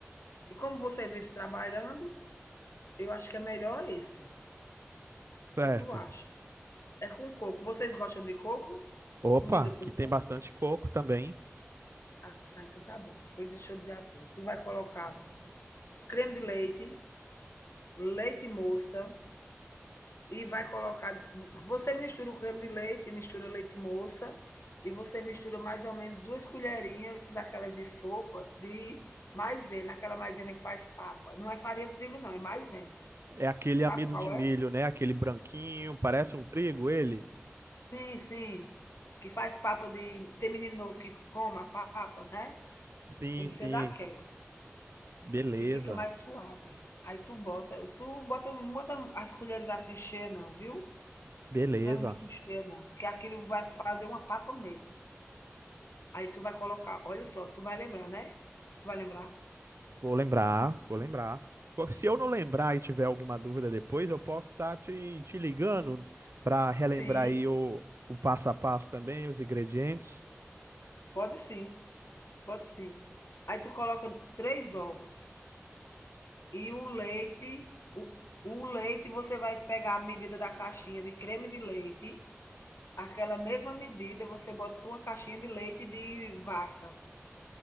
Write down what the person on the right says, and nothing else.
certo?
Opa,
aqui
tem bastante coco também.
É aquele
amido
de milho,
né? Aquele branquinho, parece um trigo ele?
Sim,
sim.
Beleza.
Beleza.
Vou lembrar, vou lembrar.
Co- Se eu não lembrar e tiver alguma dúvida depois, eu posso estar te, te ligando para relembrar
aí o, o passo a passo também, os ingredientes.